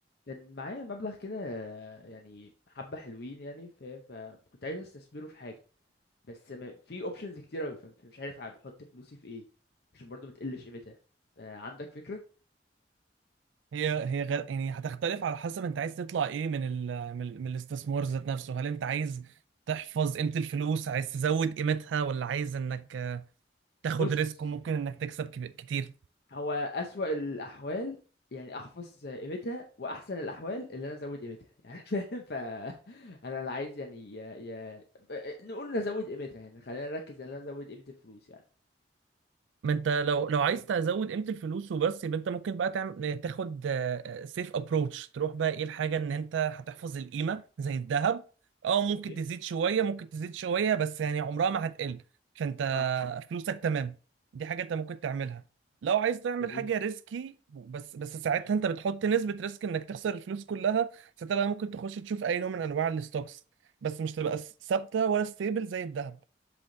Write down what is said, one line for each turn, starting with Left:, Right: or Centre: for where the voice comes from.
Left: كان معايا مبلغ كده يعني حبة حلوين يعني فاهم فكنت عايز استثمره في حاجة بس ما في اوبشنز كتير اوي فاهم فمش عارف بحط فلوسي في ايه عشان برضو بتقلش قيمتها آه، عندك فكرة
Right: هي هي غير يعني هتختلف على حسب انت عايز تطلع ايه من ال من, ال- من الاستثمار ذات نفسه هل انت عايز تحفظ قيمة الفلوس عايز تزود قيمتها ولا عايز انك تاخد
Left: بص
Right: ريسك وممكن انك تكسب كب- كتير
Left: هو أسوأ الأحوال يعني أحفظ قيمتها وأحسن الأحوال اللي أنا أزود قيمتها يعني <laughs> فاهم ف أنا لا عايز يعني يا... يا... نقول نزود قيمتها يعني خلينا نركز إن أنا أزود قيمة الفلوس يعني
Right: ما انت لو لو عايز تزود قيمه الفلوس وبس يبقى انت ممكن بقى تعمل تاخد سيف ابروتش تروح بقى ايه الحاجه ان انت هتحفظ القيمه زي الذهب اه ممكن
Left: اوكي
Right: تزيد شويه ممكن تزيد شويه بس يعني عمرها ما هتقل فانت
Left: اه
Right: فلوسك تمام دي حاجه انت ممكن تعملها لو عايز تعمل
Left: جميل
Right: حاجه ريسكي بس بس ساعتها انت بتحط نسبه ريسك انك تخسر الفلوس كلها ساعتها بقى ممكن تخش تشوف اي نوع من انواع الستوكس بس مش تبقى ثابته ولا ستيبل زي الذهب